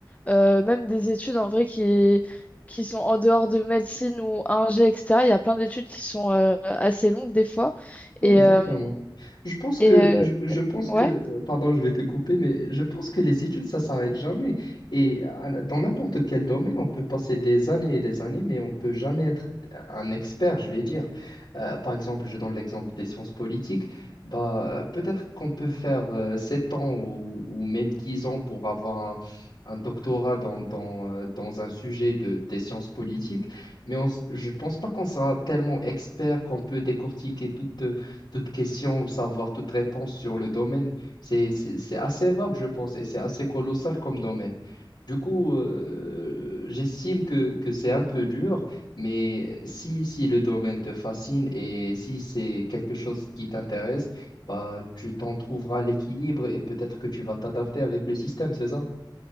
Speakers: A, on the left (about 15°); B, on the left (about 60°).
A: Euh, même des études, en vrai, qui, qui sont en dehors de médecine ou ingé, etc. Il y a plein d'études qui sont euh, assez longues, des fois.
B: Ouais,
A: Et,
B: exactement.
A: euh,
B: Je pense que,
A: et
B: je, je
A: euh,
B: pense
A: ouais,
B: que, euh, pardon, je vais te couper, mais je pense que les études, ça s'arrête jamais. Et à- dans n'importe quel domaine, on peut passer des années et des années, mais on peut jamais être un expert, je vais dire. Euh, par exemple, je donne l'exemple des sciences politiques. Bah, peut-être qu'on peut faire euh, 7 ans ou, ou même 10 ans pour avoir un, un doctorat dans, dans, euh, dans un sujet de, des sciences politiques, mais on s- je pense pas qu'on sera tellement expert qu'on peut décortiquer tout toute question ou savoir toute réponse sur le domaine. C'est, c'est, c'est assez vague, je pense, et c'est assez colossal comme domaine. Du coup, euh, j'estime que, que c'est un peu dur, mais si, si le domaine te fascine et si c'est quelque chose qui t'intéresse, bah, tu t'en trouveras l'équilibre et peut-être que tu vas t'adapter avec le système, c'est ça?